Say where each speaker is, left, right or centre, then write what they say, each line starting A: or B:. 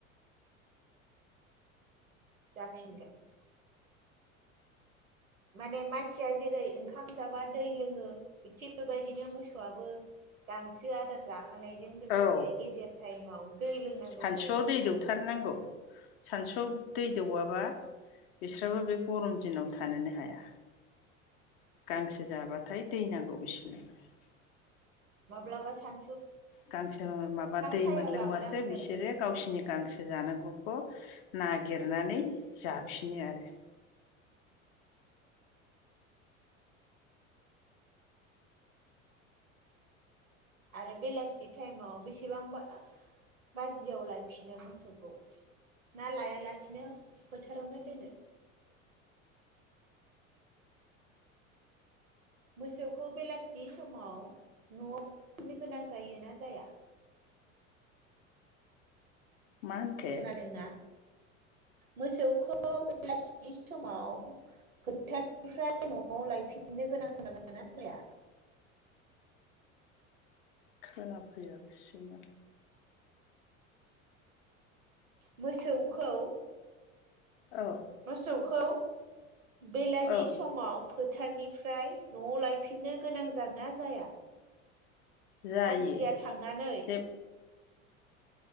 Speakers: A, on the right (about 80°); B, on the left (about 45°).
A: <unintelligible> माने मानसिया जेरै ओंखाम जाबा दै लोङो थिग बेबायदिनो मोसौआबो गांसो आदार जाख खांनायजों लोगोसे
B: औ
A: गेजेर टाइमाव दै लोंनांगौ
B: सानसुआव
A: जायो।
B: दै दौथारनांगौ सानसुआव दै दौवाबा बिस्राबो बे गरम दिनाव थानोनो हाया। गांसो जाबाथाय दै नांगौ बिसोरनोबो।
A: माब्लाबा सान
B: गांसो माबा दै
A: सायाव
B: मोनलोंबासो
A: लाबोनांगौ
B: बिसोरो
A: जायो।
B: गावसिरनि गांसो जानांगौखौ नागिरनानै जाफिनो आरो।
A: आरो बेलासि टाइमाव बेसेबांबा बाजियाव लायफिनो मोसौखौ ना लायालासिनो फोथारावनो दोनो? मोसौखौ बेलासि समाव नआव फनो गोनां जायोना जाया?
B: मा होनखो?
A: खोनादोंना? मोसौखौ बेलासि समाव फोथारनिफ्राय नआव लायफिननो गोनां जागोना जाया?
B: खोनाफैयाखिसैनो।
A: मोसौखौ
B: औ
A: मोसौखौ बेलासि
B: औ
A: समाव फोथारनिफ्राय नआव लायफिननो गोनां जागोनना जाया?
B: जायो
A: मानसिया थांनानै
B: जे